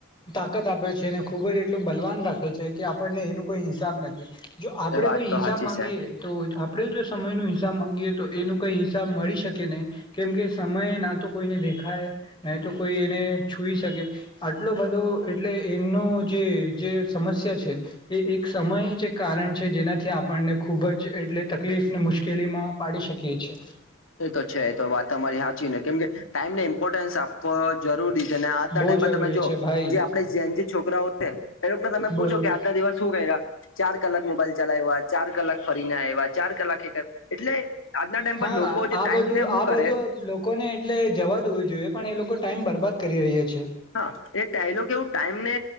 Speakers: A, on the left; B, on the left.
A: તાકત આપે છે અને ખૂબ જ એટલો બલવાન રાખે છે કે આપણને એનું કોઈ હિસાબ નથી જો આપણેે
B: એ વાત
A: કોઈ
B: તો
A: હિસાબ
B: સાચી
A: માંગીએ
B: છે
A: તો આપણે જો સમયનો હિસાબ માંગીએ તો એનો કંઈ હિસાબ મળી શકે નહીં કેમકે સમયે ના તો કોઈને દેખાય નહી તો કોઈ એને છૂઈ શકે આટલો બધો એટલે એમનો જે જે સમસ્યા છે એ એક સમય જ એક કારણ છે જેનાથી આપણને ખૂબ જ એટલે તકલીફ ને મુશ્કેલીમાં પાડી શકીએ છીએ
B: એ તો છે તો વાત તમારી સાચી ને કેમ કે ટાઈમ ન ઇપોર્ટન્સ આપવ જરૂરી છે અને આજના
A: બહુ
B: ટાઈમ
A: જરૂરી
B: પર તમે જો
A: છે ભાઈ
B: જે આપણેે જેન જી છોકરાઓ છે એ તમે
A: બરો
B: પૂછો કે આજના દિવસ શું કર્યા ચાર કલાક મોબાઈલ ચલાવ્યો આજ ચાર કલાક ફરી ના આવ્યા ચાર કલાકે એટલે આજના ટાઈમ
A: હા
B: પર લોકો
A: આ
B: જે ટાઈમને
A: બધું
B: શું
A: આ બધું
B: કરે
A: લોકોને એટલે જવા દેવું જોઈએ પણ એ લોકો ટાઈમ બરબાદ કરી રહ્યા છે
B: હા એ ટાઈલો કેવું ટાઈમ ને